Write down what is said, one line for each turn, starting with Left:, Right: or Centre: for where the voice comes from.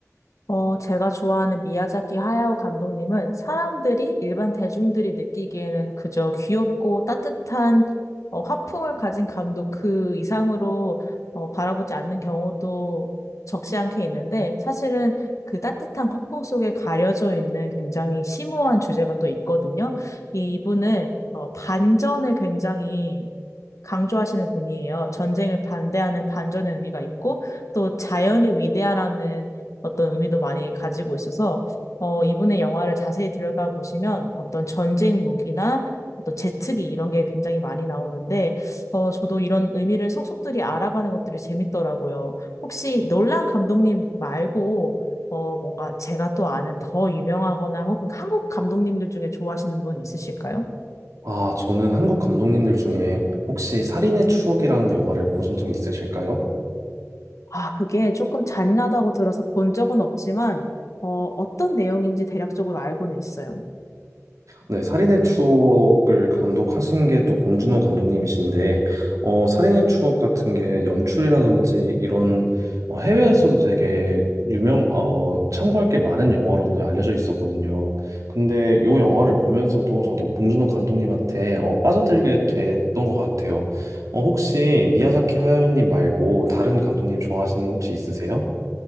Left: 어, 제가 좋아하는 미야자키 하야오 감독님은 사람들이 일반 대중들이 느끼기에는 그저 귀엽고 따뜻한 어, 화풍을 가진 감독 그 이상으로 어, 바라보지 않는 경우도 적지 않게 있는데 사실은 그 따뜻한 화풍 속에 가려져 있는 굉장히 심오한 주제가 또 있거든요. 이- 이분은 어, 반전을 굉장히 강조하시는 분이에요. 전쟁을 반대하는 반전의 의미가 있고 또 자연이 위대하라는 어떤 의미도 많이 가지고 있어서 어, 이분의 영화를 자세히 들여다보시면 어떤 전쟁 무기나 어떤 제트기 이런 게 굉장히 많이 나오는데 어, 저도 이런 의미를 속속들이 알아가는 것들이 재밌더라고요. 혹시 놀란 감독님 말고 어, 뭔가 제가 또 아는 더 유명하거나 혹은 한국 감독님들 중에 좋아하시는 분 있으실까요?
Right: 아, 저는 한국 감독님들 중에 혹시 살인의 추억이라는 영화를 보신 적 있으실까요?
Left: 아, 그게 조금 잔인하다고 들어서 본 적은 없지만, 어, 어떤 내용인지 대략적으로 알고는 있어요.
Right: 네, 살인의 추억을 감독하신 게 또 봉준호 감독님이신데, 어, 살인의 추억 같은 게 연출이라든지 이런 어, 해외에서도 되게 유명, 어, 참고할 게 많은 영화로도 알려져 있었거든요. 근데 요 영화를 보면서도 저도 봉준호 감독님한테 어, 빠져들게 됐던 것 같아요. 어, 혹시 미야자키 하야오님 말고 다른 감독님 좋아하시는 거 혹시 있으세요?